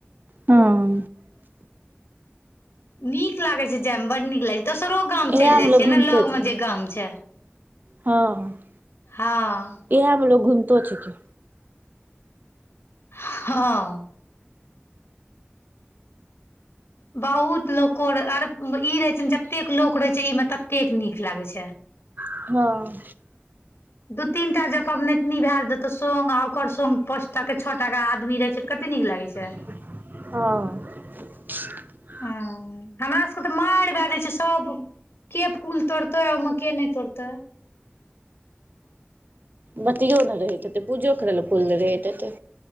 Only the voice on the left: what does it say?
नीक लागय छैय जाय में बड नीक लागय छैय दोसरो गाम
चलि जाय
छियै
ने लग
मे जे गाम छैय।
हँ
हँ। बहुत लोको आर ई रहय छैय ने जतेक लोक रहय छैय इ मे ततेक नीक लागय छै।
दू तीन टा ज पबनैतनी भय जेतौ संग आ ओकर संग पाँच टाके छअ टाके आदमी रहै छै कते नीक लागै छै।
हँ हमरा सभके तऽ मारि भय जाइ छैय सब के फूल तोड़तय आ ओहि मे के नहि तोड़तय।